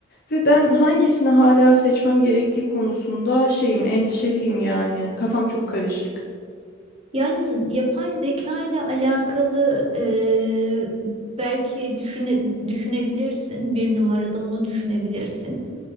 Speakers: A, on the left; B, on the right.
A: Ve ben hangisini hala seçmem gerektiği konusunda şeyim, endişeliyim yani. Kafam çok karışık.
B: yani z- yapay zeka ile alakalı e, belki düşüne, düşünebilirsin. Bir numarada onu düşünebilirsin.